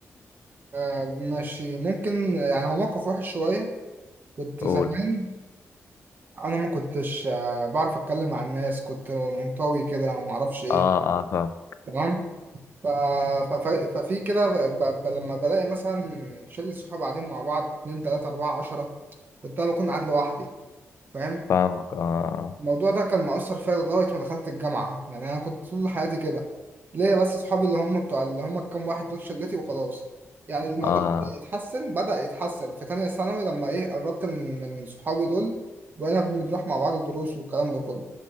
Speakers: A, on the right; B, on the left.
A: آه، ماشي ممكن يعني هو موقف وحش شوية كنت
B: قول
A: زمان انا ما كنتش آه، بعرف اتكلم مع الناس كنت منطوي كده ما اعرفش ايه
B: اه اه فاهم
A: تمام ف... ف... ف... ففي كده ب... ب... لما بلاقي مثلا شلة صحاب قاعدين مع بعض اتنين تلاتة أربعة عشرة كنت أنا بكون قاعد لوحدي فاهم
B: فاهمك اه
A: الموضوع ده كان مؤثر فيا لغاية ما دخلت الجامعة يعني أنا كنت طول حياتي كده ليا بس صحابي اللي هم بتوع اللي هم الكام واحد دول شلتي وخلاص يعني الموضوع
B: اه
A: بدأ يتحسن بدأ يتحسن في تانية ثانوي لما إيه قربت من من صحابي دول وأنا بنروح مع بعض الدروس والكلام ده كله